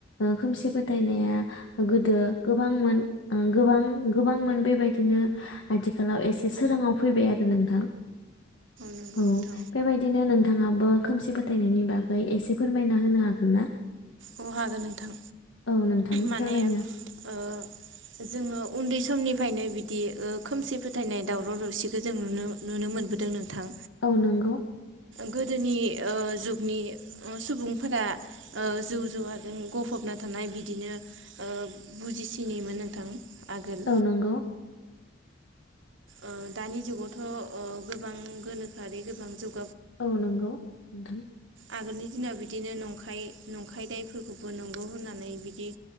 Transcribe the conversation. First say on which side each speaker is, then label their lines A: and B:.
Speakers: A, on the left (about 80°); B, on the right (about 80°).
A: खोमसि फोथायनाया गोदो गोबांमोन गोबां गोबांमोन बेबायदिनो आथिखालाव एसे सोराङाव फैबाय आरो नोंथां।
B: नंगौ
A: औ
B: नोंथां
A: बेबायदिनो नों नोंथाङाबो खोमसि फोथायनायनि बागै एसे फोरमायना होनो हागोन ना?
B: अ हागोन नोंथां
A: औ नोंथां
B: माने
A: फोरमायनो
B: ओ जोङो उन्दै समनि फायनो बिदि ओ खोमसि फोथायनाय दावराव दावसिखौ जों नुनो नुनोमोनबोदों नोंथां।
A: औ नंगौ।
B: गोदोनि ओ जुगनि सुबुंफोरा ओ जुट जुवाजों ग'फबना थानाय बिदिनो बुजिसिनिमोन नोंथां। आगोल
A: औ नंगौ।
B: ओ दानि जुगावथ ओ गोबां गोनोखोआरि गोबां जुग
A: औ नंगौ नोंथां।
B: आगोलनि दिनाव बिदिनो नंखाय - नंखाय दायफोरखौबो नंगौ होननानै बिदि